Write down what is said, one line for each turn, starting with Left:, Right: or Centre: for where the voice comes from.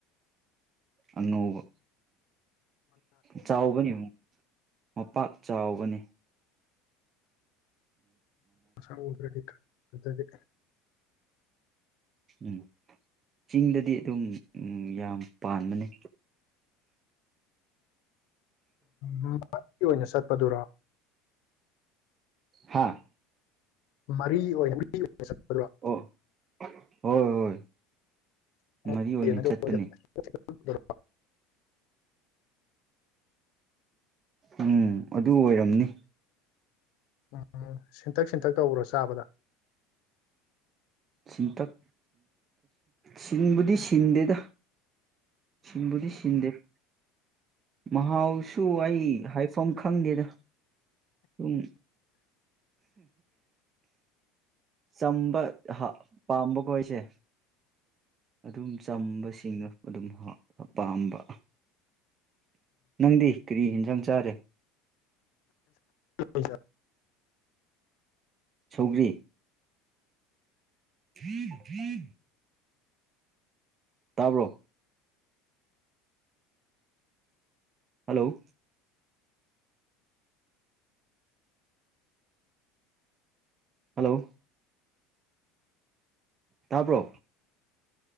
Right: ꯑꯉꯧꯕ ꯆꯥꯎꯕꯅꯤꯨ ꯃꯄꯥꯛ ꯆꯥꯎꯕꯅꯤ
Left: ꯎ ꯎꯎꯗ꯭ꯔꯗꯤ ꯀꯗꯗꯤ
Right: ꯎꯝ ꯆꯤꯡꯗꯗꯤ ꯑꯗꯨꯝ ꯎꯝ ꯌꯥꯝ ꯄꯥꯟꯕꯅꯦ
Left: ꯎ ꯑꯣꯏꯅ ꯆꯠꯄꯗꯨꯔꯥ
Right: ꯍꯥꯥ
Left: ꯃꯔꯤ ꯑꯣꯏ <unintelligible>
Right: ꯑꯣ ꯍꯣꯏ ꯍꯣꯏ
Left: <unintelligible>
Right: ꯃꯔꯤ ꯑꯣꯏꯅ ꯆꯠꯄꯅꯦ
Left: <unintelligible>
Right: ꯎꯝ ꯑꯗꯨ ꯑꯣꯏꯔꯝꯅꯤ
Left: ꯑ ꯁꯤꯟꯇꯛ ꯁꯤꯟꯇꯛ ꯇꯧꯕ꯭ꯔꯣ ꯆꯥꯕꯗ
Right: ꯁꯤꯇꯛ ꯁꯤꯟꯕꯨꯗꯤ ꯁꯤꯟꯗꯦꯗ ꯁꯟꯕꯗꯤ ꯁꯟꯗꯦꯕ ꯃꯍꯥꯎꯁꯨ ꯑꯩ ꯍꯥꯏ ꯁꯝ ꯈꯪꯗꯦꯗ ꯁꯝ ꯆꯝꯕ ꯄꯥꯝꯕꯈꯣꯣꯏꯁꯦ ꯑꯗꯨꯝ ꯆꯝꯕꯁꯤ ꯆꯤꯡꯅ ꯑꯗꯨꯝ ꯄꯥꯝꯕ ꯅꯪꯗꯤ ꯀꯔꯤ ꯌꯦꯟꯖꯥꯡ ꯆꯥꯔꯦ
Left: ꯑꯣ
Right: ꯁꯧꯒꯔꯤ ꯐ ꯐꯝ ꯇꯥꯕ꯭ꯔꯣ ꯍꯜꯂꯣ ꯍꯜꯂꯣ ꯇꯄ꯭ꯔꯣ